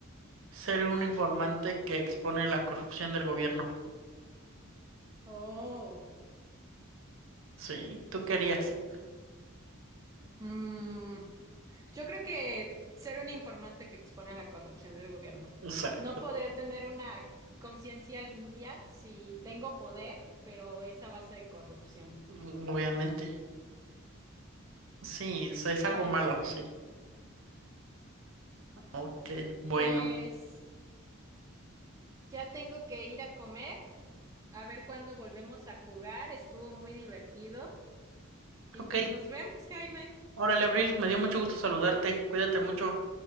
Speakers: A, on the right; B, on the right.
A: Ser un informante que expone la corrupción del gobierno.
B: Oh.
A: Sí, ¿tú qué harías?
B: Mm, yo creo que ser un informante que expone a la corrupción del gobierno.
A: Exacto.
B: No podré tener una conciencia limpia si tengo poder, pero es a base de corrupción.
A: Mm, Obviamente. Sí, es, es algo
B: Bueno,
A: malo, sí. Ok, bueno.
B: pues ya tengo que ir a comer, a ver cuándo volvemos a jugar. Estuvo muy divertido. Y
A: Ok.
B: pues nos vemos, Jaime.
A: Órale, Abril, me dio mucho gusto saludarte. Cuídate mucho.